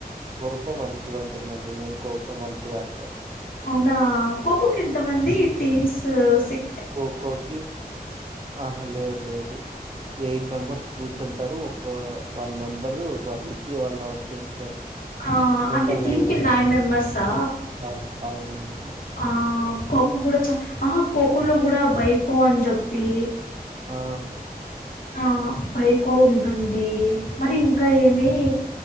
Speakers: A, on the right; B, on the left.
A: ఖోఖో మంచిగా ఉంటుందండి నేను కో కో మంచిగా ఆడుత
B: అవునా ఖోఖోకి ఎంతమంది టీమ్స్ <unintelligible> సిక్
A: ఖోఖోకి ఆహా లేదు లేదు ఎయిట్ మెంబర్స్ కూర్చుంటారు ఒక వన్ మెంబరు వారి వ్యక్తి వాళ్ళని అవుట్ చేస్తారు
B: ఆ
A: టోటల్
B: అంటే టీమ్ కి
A: మెంబర్స్.
B: నైన్ మెంబర్సా
A: ఆ! అవునవును.
B: ఆ ఖోఖో కూడా చ ఆ ఖోఖోలో కూడా బైకో అని చెప్పి
A: ఆ!
B: ఆ బైకో ఉంటుంది మరి ఇంకా ఏమి